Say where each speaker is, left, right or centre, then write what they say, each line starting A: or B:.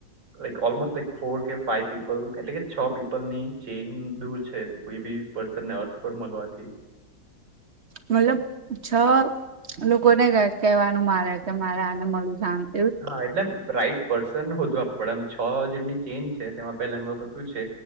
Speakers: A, on the right; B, on the right.
A: લાઈક ઓલમોસ્ટ લાઈક ફોર કે ફાઈવ પીપલ એટલે કે છ પીપલ ની ચેઇન દૂર છે કોઈ બી પર્સન ને અર્થ પર મળવાથી
B: મતલબ છ લોકોને કેવાનું મારે કે મારે આને મારું <unintelligible>
A: હા એટલે રાઈટ પર્સન હોજવા પડે એમ છ જણની ચેઇન છે તેમાં પહેલા અનુવ બધું છે